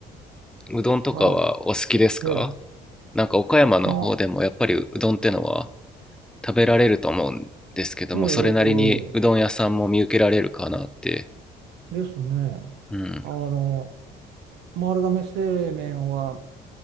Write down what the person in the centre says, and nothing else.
ん、うどんとかはお好きですか
なんか岡山の方でもやっぱりうどんってのは
食べられると思うんですけども、
それなりにうどん屋さんも見受けられるかなって。
うん。